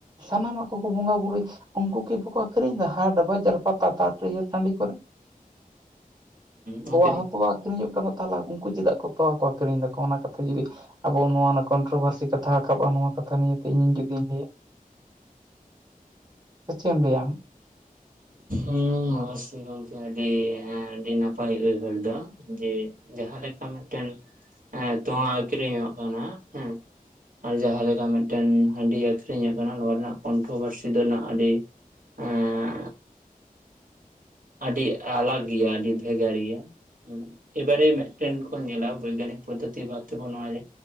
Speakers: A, on the right; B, on the right.
A: ᱥᱟᱱᱟᱢ ᱟᱜ ᱠᱚ ᱠᱚ ᱵᱚᱸᱜᱟ ᱵᱩᱨᱩᱭ ᱩᱱᱠᱩ ᱠᱤ ᱵᱟᱠᱚ ᱟᱹᱠᱷᱨᱤᱧ ᱫᱟ᱾ ᱦᱟᱴ, ᱵᱟᱡᱟᱨ, ᱯᱟᱛᱟ-ᱛᱟ ᱴᱤᱭᱟᱹ ᱴᱟᱺᱰᱤ ᱠᱚᱨᱮ᱾
B: ᱦᱩᱸ
A: ᱛᱚᱣᱟ
B: ᱦᱩᱸ
A: ᱦᱚᱸ ᱛᱚᱣᱟ ᱟᱹᱠᱷᱨᱤᱧᱚᱜ ᱠᱟᱱᱟ ᱛᱟᱦᱚᱞᱮ ᱟᱵᱚ ᱩᱱᱠᱩ ᱪᱮᱫᱟᱜ ᱠᱚ ᱛᱚᱣᱟ ᱠᱚ ᱟᱹᱠᱷᱤᱨᱤᱧ ᱫᱟᱠᱚ ᱚᱱᱟ ᱠᱟᱛᱷᱟ ᱡᱩᱫᱤ ᱟᱵᱚ ᱱᱚᱣᱟ ᱚᱱᱟ ᱠᱚᱱᱴᱨ ᱵᱷᱟᱨᱥᱤ ᱠᱟᱛᱷᱟ ᱨᱟᱠᱟᱵ ᱱᱚᱣᱟ ᱠᱟᱛᱷᱟ ᱱᱤᱭᱮ ᱛᱮ ᱤᱧ ᱤᱧ ᱡᱩᱫᱤᱧ ᱞᱟᱹᱭᱟ᱾ ᱥᱮ ᱪᱮ ᱮᱢ ᱞᱟᱹᱭᱟ ᱟᱢ?
B: ᱦᱮᱸ ᱚᱵᱚᱥᱳᱭ ᱜᱚᱝᱠᱮ ᱟᱹᱰᱤ ᱟᱹᱰᱤ ᱱᱟᱯᱟᱭ ᱩᱭᱦᱟᱹᱨ ᱫᱚ᱾ ᱡᱮ ᱡᱟᱦᱟᱸ ᱞᱮᱠᱟ ᱢᱮᱫᱴᱮᱱ ᱛᱚᱣᱟ ᱟᱹᱠᱷᱤᱨᱤᱧ-ᱚᱜ ᱠᱟᱱᱟ ᱦᱮᱸ᱾ ᱟᱨ ᱡᱟᱦᱟᱸ ᱞᱮᱠᱟ ᱢᱮᱫᱴᱮᱱ ᱦᱟᱺᱰᱤ ᱟᱹᱠᱷᱤᱨᱤᱧ ᱚᱜ ᱠᱟᱱᱟ ᱱᱚᱣᱟ ᱨᱮᱱᱟᱜ ᱠᱚᱱᱴᱨ ᱵᱷᱟᱹᱨᱥᱤ ᱫᱚ ᱨᱮᱱᱟᱜ ᱟᱹᱰᱤ
A: <inaudible>
B: ᱮᱸ ᱟᱹᱰᱤ ᱟᱞᱟᱜ ᱜᱮᱭᱟ ᱟᱹᱰᱤ ᱵᱷᱮᱜᱟᱨ ᱜᱮᱭᱟ᱾ ᱦᱩᱸ ᱮᱵᱟᱨᱮ ᱢᱤᱫᱴᱮᱱ ᱠᱚ ᱧᱮᱞᱟ ᱵᱳᱭᱜᱟᱱᱤᱠ ᱯᱚᱫᱷᱚᱛᱤ ᱵᱟ ᱛᱮᱠᱚ ᱱᱚᱣᱟ ᱨᱮ